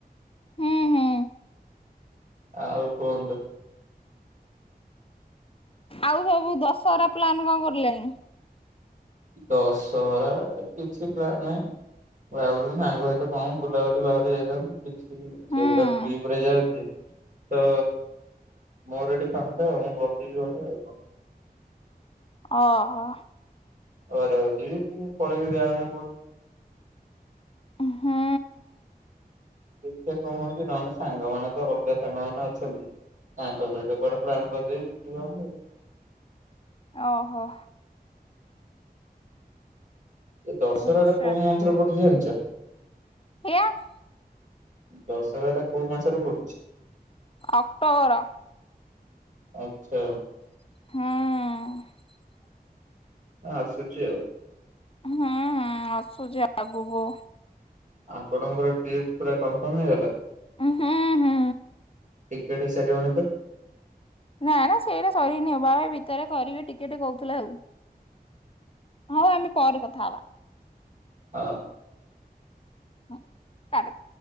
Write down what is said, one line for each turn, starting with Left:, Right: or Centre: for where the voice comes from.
Left: ହୁଁ ହୁଁ
Right: ଆଉ କୁହନ୍ତୁ।
Left: ଆଉ ସବୁ ଦଶହରା ପ୍ଲାନ କଣ କରିଲେଣି?
Right: ଦଶହରା କିଛି ପ୍ଲାନ ନାହିଁ। ମୁଁ ଭାବୁଥିଲି ସାଙ୍ଗ ସହିତ କଣ ବୁଲାବୁଲି ବାହରେ ଯାଇଥାନ୍ତୁ, କିଛି ସେ
Left: ହୁଁ
Right: ତ ଟ୍ରିପ ରେ ଯାଉଛି। ତ ମୋର ଏଠି ଫାଙ୍କା ଆଉ, ମୁଁ ବସିବି ଘରେ ଆଉ।
Left: ଅ ହୋ।
Right: ଘରେ ଅଛି ପଳେଇବି <unintelligible>
Left: ହଁ।
Right: ଦେଖିବା କଣ ହଉଛି ନହେଲେ ସାଙ୍ଗ ମାନେ ତ ଅଲଗା ସାଙ୍ଗ ମାନେ ଅଛନ୍ତି। ତାଙ୍କ ସହିତ କୁଆଡେ ପ୍ଲାନ ସେ ମ ବୁଦ୍ଧି ବାହାରିଲେ।
Left: ଓହୋ
Right: ଏଇ ଦଶହରା
Left: ଆଚ୍ଛା
Right: ଟା କୋଉ ମନ୍ଥ ରେ ପଡୁଛି ଜାଣିଚ?
Left: ହେୟାର।
Right: ଦଶହରା ଟା କୋଉ ମାସରେ ପଡୁଚି?
Left: ଅକ୍ଟୋବର।
Right: ଆଚ୍ଛା।
Left: ହଁ।
Right: ଆସୁଚି ଆଉ।
Left: ହୁଁ ଆସୁଚି ଆଗକୁ।
Right: ଆପଣଙ୍କ ଟ୍ରିପ୍ ପୁରା କନଫର୍ମ ହେଇଗଲା।
Left: ହୁଁ ହୁଁ
Right: ଟିକେଟ ହେଇ ସାରିବଣି ତ?
Left: ନା ନା ସେଇଟା ସରିନି ବାବା ଭିତରେ କରିବେ ଟିକେଟ କହୁଥିଲା ଆଉ। ହଁ ଆମେ ପରେ କଥା ହବା।
Right: ହଁ।
Left: ହଁ ତାପରେ